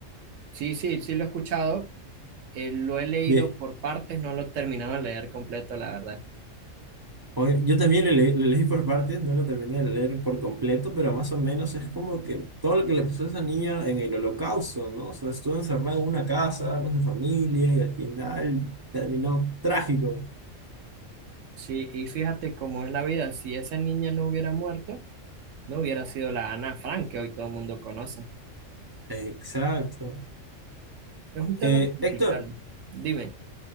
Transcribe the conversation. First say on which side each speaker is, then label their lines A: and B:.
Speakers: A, on the right; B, on the right.
A: Sí, sí, sí lo he escuchado. eh, lo he leído
B: De,
A: por partes, no lo he terminado de leer completo, la verdad.
B: oye, yo también lo leí, lo leí por partes, no lo terminé de leer por completo, pero más o menos es como que todo lo que le pasó a esa niña en el holocausto, ¿no? O sea, estuvo encerrada en una casa con su familia y al final terminó trágico.
A: Sí, y fíjate cómo es la vida. Si esa niña no hubiera muerto, no hubiera sido la Ana Frank que hoy todo el mundo conoce.
B: Exacto.
A: Es un tema
B: Eh,
A: complicado.
B: Héctor,
A: Dime.